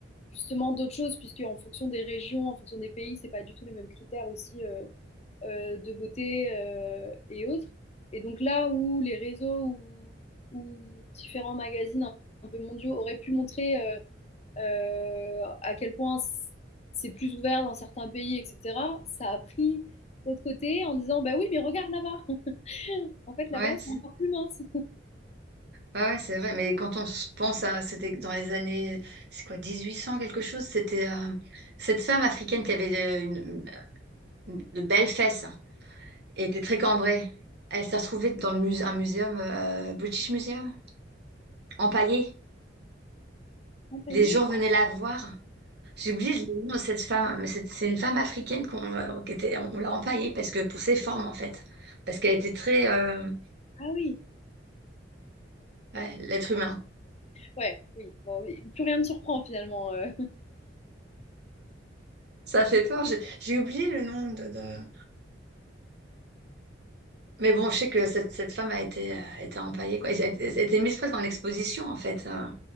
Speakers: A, on the left; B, on the right.
A: justement d'autres choses puisque en fonction des régions, en fonction des pays, c'est pas du tout les mêmes critères aussi, heu heu, de beauté, heu et autres et donc là où les réseaux ou ou différents magazines un un peu mondiaux auraient pu montrer, heu heu, à quel point c c'est plus ouvert dans certains pays et cetera, ça a pris l'autre côté en disant: «Bah oui, mais regarde là-bas, <laughs> en fait là-bas,
B: Ouais,
A: c'est
B: c'est
A: encore plus mince,
B: ouais, ouais, c'est vrai. Mais quand on se pense à, c'était dans les années, c'est quoi, 1800 quelque chose, c'était euh, cette femme africaine qui avait de, une- une- de belles fesses et était très cambrée. Elle s'est retrouvée dans le musée, un muséum, euh, British Museum, empaillée.
A: <laughs> empaillé».
B: Les gens venaient la voir. J'ai oublié le nom de cette femme, mais c'est c'est une femme africaine qu'on euh, qui était- on l'a empaillée parce que pour ses formes en fait, parce qu'elle était très euh,
A: Ah oui!
B: ouais, l'être humain.
A: Ouais, oui. Bon, mais plus rien me surprend finalement. euh.
B: Ça fait peur. J'ai j'ai oublié le nom de, de- Mais bon, je sais que cette, cette femme a été, euh, a été empaillée quoi. Et Elle, elle a été mise presque en exposition en fait. euh.